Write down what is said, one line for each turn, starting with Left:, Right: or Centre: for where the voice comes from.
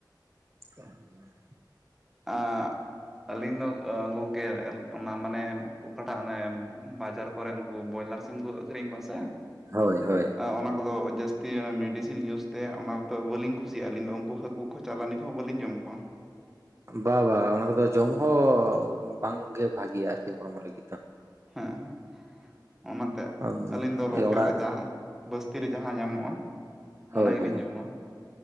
Right: <unintelligible>
Centre: ᱟᱸᱠ <inaudible> ᱟᱹᱞᱤᱧ ᱫᱚ ᱜᱚᱝᱠᱮ ᱚᱱᱟ ᱢᱟᱱᱮ ᱚᱠᱟᱴᱟᱜ ᱚᱱᱮ ᱵᱟᱡᱟᱨ᱾ ᱠᱚᱨᱮ ᱩᱱᱠᱩ ᱵᱚᱭᱞᱟᱨ ᱥᱤᱢ ᱠᱚ ᱟᱠᱷᱨᱤᱧ ᱠᱚᱣᱟ ᱥᱮ,
Right: ᱦᱳᱭ ᱦᱳᱭ᱾
Centre: ᱚᱱᱟ ᱠᱚᱫᱚ ᱡᱟᱹᱥᱛᱤ ᱚᱱᱟ ᱢᱮᱰᱤᱥᱤᱱ ᱤᱭᱩᱥ ᱛᱮ ᱚᱱᱟ ᱠᱚᱫᱚ ᱵᱟᱹᱞᱤᱧ ᱠᱩᱥᱤᱭᱟᱜᱼᱟ ᱟᱹᱞᱤᱧ ᱫᱚ ᱩᱱᱠᱩ ᱦᱟᱠᱩ ᱠᱚ ᱪᱟᱞᱟᱱᱤ ᱠᱚ᱾ ᱵᱟᱹᱞᱤᱧ ᱡᱚᱢ ᱠᱚᱣᱟ᱾
Right: ᱵᱟ ᱵᱟᱝ ᱚᱱᱟ ᱠᱚᱫᱚ ᱡᱚᱢ ᱦᱚᱸ ᱵᱟᱝᱜᱮ ᱵᱷᱟᱜᱮᱭᱟ ᱟᱨᱠᱤ ᱦᱚᱲᱢᱚ ᱞᱟᱹᱜᱤᱫ ᱫᱚ᱾
Centre: ᱦᱮᱸ ᱦᱮᱸ᱾ ᱚᱱᱟᱛᱮ
Right: ᱟᱫᱚ
Centre: ᱟᱹᱞᱤᱧ ᱫᱚ ᱞᱳᱠᱮᱞ
Right: ᱚᱲᱟᱜ
Centre: ᱨᱮ ᱡᱟᱦᱟᱸ ᱵᱟᱥᱛᱤ ᱨᱮ ᱡᱟᱦᱟᱸ ᱧᱟᱢᱚᱜᱼᱟ᱾
Right: ᱦᱳᱭ
Centre: ᱚᱱᱟ ᱜᱮᱞᱤᱧ
Right: ᱦᱳᱭ
Centre: ᱡᱚᱢᱟ᱾